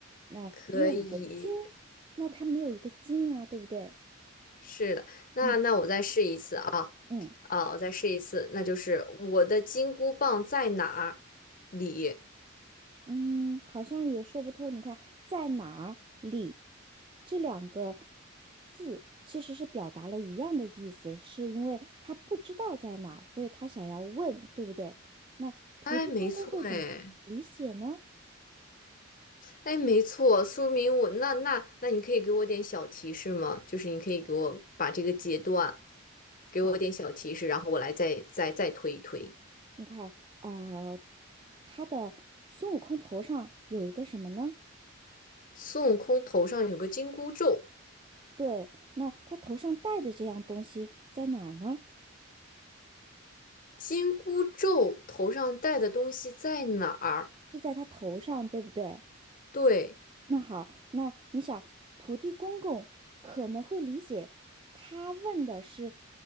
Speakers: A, on the right; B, on the left.
A: 那因为我们的经，
B: 可以，
A: 那它没有一个经啊，对不对？
B: 是的。那那我再试一次啊
A: 嗯嗯。
B: 啊，我再试一次，那就是我的金箍棒在哪里？
A: 嗯，好像也说不通。你看，在哪儿里这两个字其实是表达了一样的意思，是因为他不知道在哪儿，所以他想要问，对不对？那土地公公会怎么理解呢？
B: 哎，没错，哎。哎，没错，说明我那那那你可以给我点小提示吗？就是你可以给我把这个阶段给我点小提示，
A: 好，
B: 然后我来再再再推一推。
A: 你看，呃，他的孙悟空头上有一个什么呢？
B: 孙悟空头上有个金箍咒，
A: 对，那他头上戴的这样东西在哪儿呢？
B: 金箍咒头上戴的东西在哪儿？
A: 是在他头上，对不对？
B: 对，
A: 那好，那你想，土地公公可能会理解，他问的是